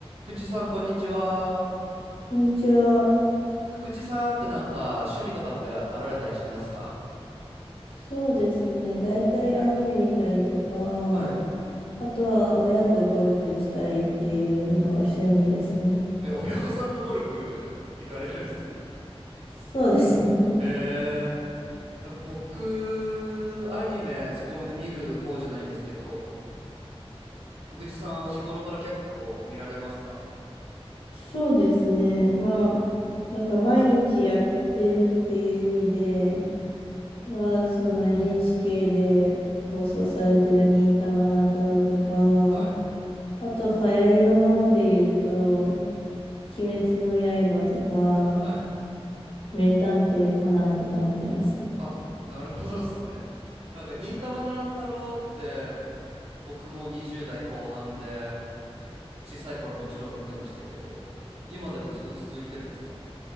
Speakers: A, on the right; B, on the left.
A: くちさん、こんにちは。
B: こんにちは。
A: くくちさんってなんか趣味とかってあられたりしますか
B: そうですね。大体アニメ見たりとか、
A: はい。
B: あとは親とゴルフしたりっていうのが趣味ですね。
A: え、親御さんとゴルフ行かれるんですね。
B: そうですね。
A: へえ。なんか僕、アニメそこまで見る方じゃないんですけど、福地さんは日頃から結構見られますか
B: そうですね。まあ、なんか毎日やってるっていう意味で
A: うん
B: は、その NHK で放送されてる新玉乱太郎とか、
A: はい。
B: あと流行りのもので言うと、
A: うん。
B: 鬼滅の刃とか、
A: はい。
B: 名探偵コナンとか見てますね。
A: あ、なるほどっすね。なんか忍たま乱太郎って僕も20代後半で小さい頃もちろん見てましたけど、今でもずっと続いてるんですか